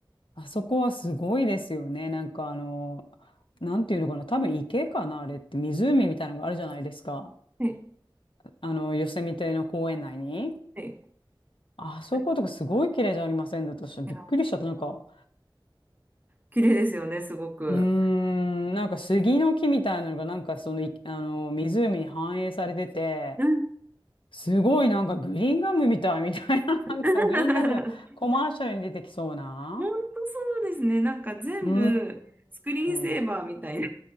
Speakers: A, on the left (about 80°); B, on the right (about 20°).
A: あそこはすごいですよね。なんかあの、なんていうのかな。多分池かな、あれって。湖みたいなのがあるじゃないですか。
B: はい、
A: あの、ヨセミテの公園内に。
B: はい。
A: あそことかすごい綺麗じゃありませんだとびっくりしちゃった。
B: あれいや、
A: なんか、
B: 綺麗ですよね、すごく。
A: うーん、なんか杉の木みたいなのがなんかその、いあの、湖に反映されてて、
B: うん
A: すごいなんかグリーンガムみたいみたいな、
B: <laughs>
A: なんかグリーンガムのコマーシャルに出てきそうな。
B: 本当そうですね。なんか全部スクリーンセーバーみたいな。
A: うーん。